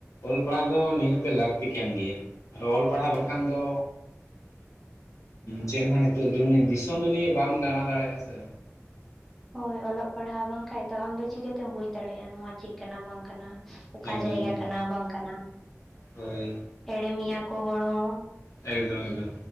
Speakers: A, on the left (about 80°); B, in the centre.
A: ᱚᱞ ᱯᱟᱲᱦᱟᱣ ᱫᱚ ᱱᱤᱦᱟᱹᱛ ᱞᱟᱹᱠᱛᱤ ᱠᱟᱱ ᱜᱮᱭᱟ᱾ ᱚᱞ ᱯᱟᱲᱦᱟᱣ ᱵᱟᱝ ᱠᱷᱟᱱ ᱫᱚ ᱪᱮᱫ ᱦᱚᱸ ᱱᱤᱛᱚ ᱫᱤᱥᱚᱢ ᱫᱩᱱᱤᱭᱟᱹ ᱵᱟᱢ ᱫᱟᱬᱟ ᱫᱟᱲᱮᱭᱟᱜᱼᱟ ᱥᱮ᱾
B: ᱦᱳᱭ ᱚᱞᱚᱜ ᱯᱟᱲᱦᱟᱣ ᱵᱟᱝ ᱠᱷᱟᱡᱽ ᱫᱚ ᱟᱢ ᱫᱚ ᱪᱤᱠᱟᱹᱛᱮᱢ ᱵᱩᱡ ᱫᱟᱲᱮᱭᱟᱜᱼᱟ, ᱱᱚᱣᱟ ᱪᱮᱫ ᱠᱟᱱᱟ ᱵᱟᱝ ᱠᱟᱱᱟ? ᱚᱠᱟ
A: ᱮᱠᱫᱚᱢ
B: ᱡᱟᱭᱜᱟ ᱠᱟᱱᱟ, ᱵᱟᱝ ᱠᱟᱱᱟ
A: ᱦᱳᱭ
B: ᱮᱲᱮᱢᱮᱭᱟ ᱠᱚ ᱦᱚᱲ ᱦᱚᱸ?
A: ᱮᱠᱫᱚᱢ, ᱮᱠᱫᱚᱢ᱾